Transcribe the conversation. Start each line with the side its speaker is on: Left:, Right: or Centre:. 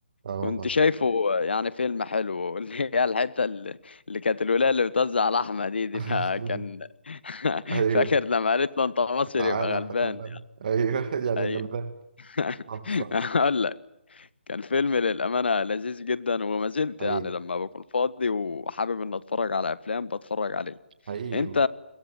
Right: اه
Left: كنت
Right: والله
Left: شايفه آه، يعني فيلم حلو <laughs> اللي هي الحتة اللي اللي كانت الولاية اللي بتوزع لحمة دي دي
Right: <laughs>
Left: فكان <laughs>
Right: ايوه
Left: فاكر لما قالت له أنت مصري
Right: تعالى
Left: يبقى غلبان
Right: انت غلبان
Left: يعني
Right: ايوه <laughs> يعني
Left: أيوه
Right: غلبان
Left: <laughs>
Right: صح صح
Left: أقول لك كان فيلم للأمانة لذيذ جدا وما زلت
Right: حقيقي
Left: يعني لما بكون فاضي وحابب إن أتفرج على أفلام بتفرج عليه
Right: حقيقي
Left: أنت